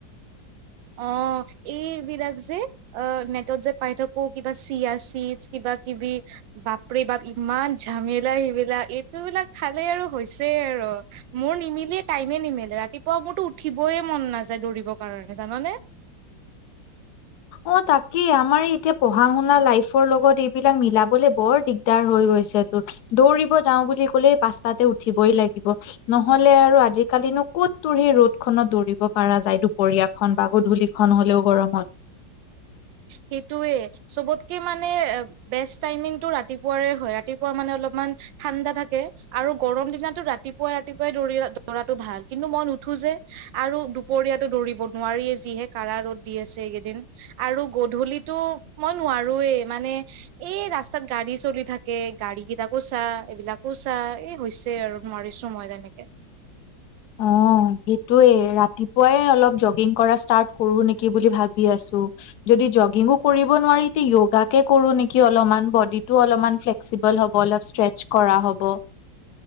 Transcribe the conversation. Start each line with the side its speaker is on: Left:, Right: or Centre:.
Right: অ', এইবিলাক যে অ', নেটত যে পাই থাকো কিবা চিয়া চিড্চ কিবা কিবি বাপৰি বাপ ইমান ঝামেলা সেইবিলাক এইটো বিলাক খালে আৰু হৈছে আৰু মোৰ নিমিলিয় টাইমে নিমিলে ৰাতিপুৱা মোৰতো উঠিবয়ে মন নাযায় দৌৰিব অ জাননে
Left: অ তাকেই আমাৰ এতিয়া পঢ়া শুনা লাইফৰ লগত এইবিলাক মিলাবলে বৰ দিগদাৰ হৈ গৈছে তোৰ দৌৰিব যাও বুলি কলে পাঁচতাতে উঠিবই লাগিব নহলে আৰু আজিকালিনো কত তোৰ সেই ৰদ খত দৌৰিব পৰা যায় দুপৰীয়াখন বা গধূলিখন হলেও গৰমত
Right: সেইটোৱে চবতকে মানে বেষ্ট টাইমিংটো ৰাতিপুৱাৰে হয়। ৰাতিপুৱা মানে অলপমান ঠাণ্ডা থাকে, আৰু গৰম দিনাটো ৰাতিপুৱাই-ৰাতিপুৱাই দৌৰি-দৌৰাটো ভাল কিন্তু মই নুঠো যে। আৰু দুপৰীয়াতো দৌৰিব নোৱাৰিয়ে যিহে কাৰা ৰ'দ দি আছে এইকেইদিন আৰু গধূলীটো মই নোৱাৰোৱেই, মানে এই ৰাস্তাত গাড়ী চলি থাকে, গাড়ী কেইটাকো চা এইবিলাকো চা এই হৈছে আৰু নোৱাৰিছোঁ মই তেনেকে
Left: অ সেইটোৱেই ৰাতিপুৱাই অলপ জগিং কৰা ষ্টাৰ্ট কৰোঁ নেকি বুলি ভাবি আছো। যদি জগিঙো কৰিব নোৱাৰি তে য়োগাকে কৰো নেকি অলমান বডিটো অলমান ফ্লেসিবল হ'ব অলপ ষ্ট্ৰেচ কৰা হ'ব।